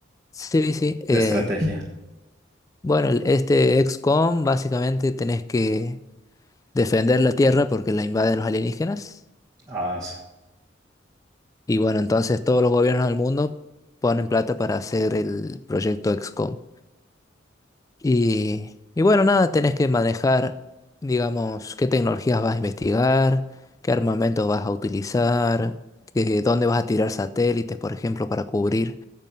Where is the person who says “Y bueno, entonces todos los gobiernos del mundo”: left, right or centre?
Left